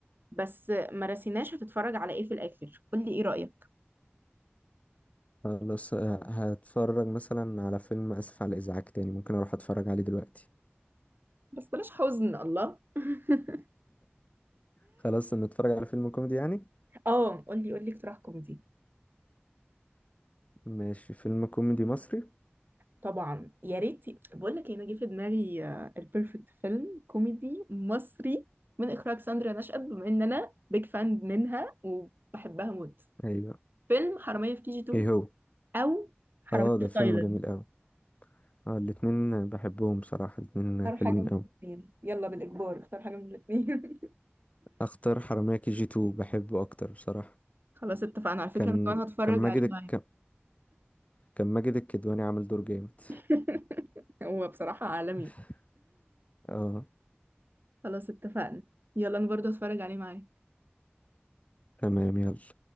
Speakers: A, on the right; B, on the left.
A: بس ما رسيناش هتتفرج على ايه في الاخر قول لي ايه رايك
B: خلاص آه، هتفرج مثلا على فيلم اسف على الازعاج تاني ممكن اروح اتفرج عليه دلوقتي
A: بس بلاش حزن الله <laughs>
B: خلاص نتفرج على فيلم كوميدي يعني
A: اه قولي قولي اقتراح كوميدي
B: ماشي فيلم كوميدي مصري
A: طبعا يا ريت بقول لك إيه، انا جه في دماغي البيرفكت فيلم كوميدي مصري من اخراج ساندرا نشأت بما ان انا بيج فان منها وبحبها موت
B: ايوه
A: فيلم حرامية في كي جي 2
B: ايه هو
A: او حرامية
B: اه
A: في
B: ده فيلم
A: تايلاند
B: جميل قوي اه الاتنين بحبهم بصراحه الاتنين
A: اختار
B: حلوين
A: حاجة من
B: قوي
A: الاثنين يلا بالإجبار اختار حاجة من الاثنين
B: اختار حرامية كي جي 2 بحبه اكتر بصراحه
A: <laughs> خلاص اتفقنا على فكرة
B: كان
A: انا كمان هتفرج
B: كان ماجد
A: عليه
B: الك...
A: معايا
B: كان ماجد الكدواني عامل دور جامد
A: <laughs> هو بصراحة عالمي
B: <laughs> اه
A: خلاص اتفقنا يلا انا برضه هتفرج عليه معايا
B: تمام يلا